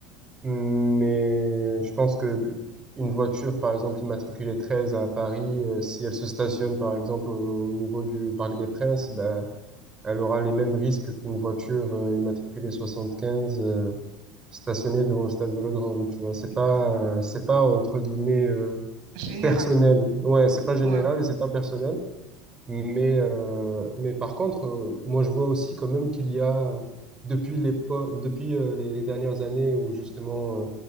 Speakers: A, on the right (about 25°); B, on the right (about 70°).
A: mais je pense que une voiture, par exemple, immatriculée 13 à Paris, euh, si elle se stationne, par exemple, au, au niveau du Parc des Princes, bah, elle aura les mêmes risques qu'une voiture euh, immatriculée 75 euh, stationnée devant le stade Vélodrome. Tu vois, c'est
B: d'accord.
A: pas, euh, c'est pas entre guillemets euh,
B: Général.
A: personnel. Ouais, c'est pas général
B: Ouais,
A: et c'est pas personnel. Mais, euh, mais par contre, euh, moi je vois aussi quand même qu'il y a, euh, depuis les, po- depuis euh, les dernières années où justement euh,